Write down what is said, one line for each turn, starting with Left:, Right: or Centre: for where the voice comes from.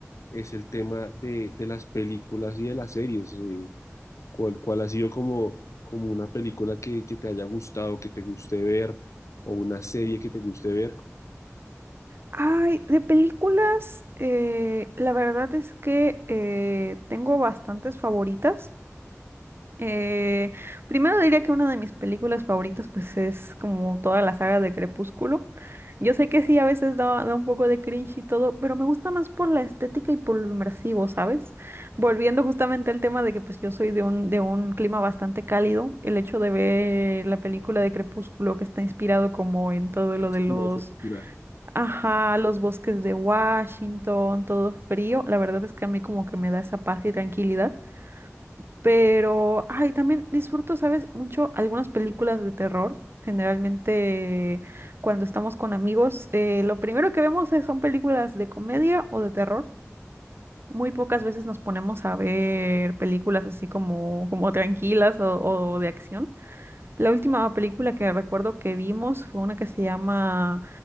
Left: es el tema de, de las películas y de las series. eh, ¿cuál, cuál ha sido como, como una película que, que te haya gustado, que te guste ver, o una serie que te guste ver?
Right: Ay, de películas, eh, la verdad es que eh, tengo bastantes favoritas. Eh, primero diría que una de mis películas favoritas pues es como toda la saga de Crepúsculo. Yo sé que sí, a veces da, da un poco de cringe y todo, pero me gusta más por la estética y por lo inmersivo, ¿sabes? Volviendo justamente al tema de que pues yo soy de un, de un clima bastante cálido, el hecho de ver la película de Crepúsculo que está inspirado como en todo lo
Left: Oscura,
Right: de los,
Left: es oscura.
Right: ajá, los bosques de Washington, todo frío, la verdad es que a mí como que me da esa paz y tranquilidad. Pero, ay, también disfruto, ¿sabes? Mucho algunas películas de terror. Generalmente, cuando estamos con amigos, eh, lo primero que vemos es- son películas de comedia o de terror. Muy pocas veces nos ponemos a ver películas así como, como tranquilas o, o de acción. La última película que recuerdo que vimos fue una que se llama